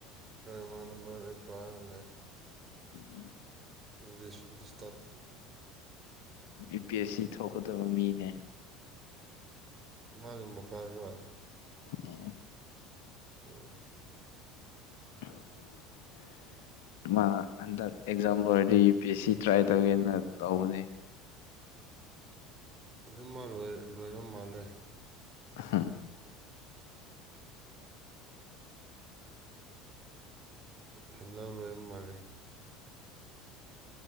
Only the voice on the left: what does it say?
ꯎꯝ
E P S C ꯊꯣꯛꯀꯗꯕ ꯃꯤꯅꯦ
ꯑꯣ
<inaudible> ꯃꯥ ꯍꯟꯗꯛ ꯑꯦꯛꯖꯥꯝ ꯂꯣꯏꯔꯗꯤ U P S C try ꯇꯧꯒꯦꯅ ꯇꯧꯕꯅꯦ
ꯍꯥꯝ